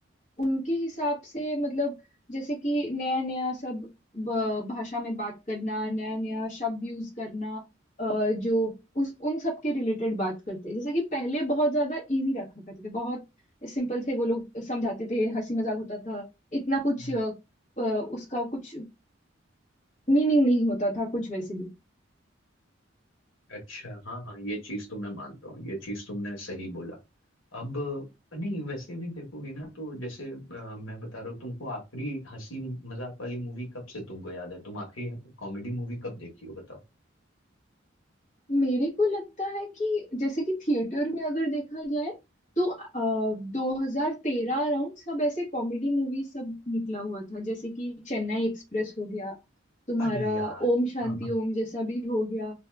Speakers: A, on the left; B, on the left.
A: उनके हिसाब से मतलब जैसे कि नया नया सब ब- भाषा में बात करना नया नया शब्द यूज करना अ, जो उस उन सब के रिलेटेड बात करते हैं जैसे कि पहले बहुत ज्यादा इजी रखा करते थे बहुत सिंपल थे वो लोग समझाते थे हंसी मजाक होता था इतना कुछ
B: है
A: अ, अ, उसका कुछ मीनिंग नहीं होता था कुछ वैसे भी
B: अच्छा हाँ हाँ ये चीज तो मैं मानता हूँ ये चीज तुमने सही बोला अब नहीं वैसे भी देखोगे ना तो जैसे अ, मैं बता रहा हूँ तुमको आखिरी हंसी मजाक वाली मूवी कब से तुमको याद है तुम आखिरी कॉमेडी मूवी कब देखी हो बताओ
A: मेरे को लगता है कि जैसे कि थिएटर में अगर देखा जाए तो आ, 2013 अराउंड सब ऐसे कॉमेडी मूवी सब निकला हुआ था जैसे कि चेन्नई एक्सप्रेस हो गया तुम्हारा
B: अरे यार
A: ओम शांति
B: हाँ हाँ
A: ओम जैसा भी हो गया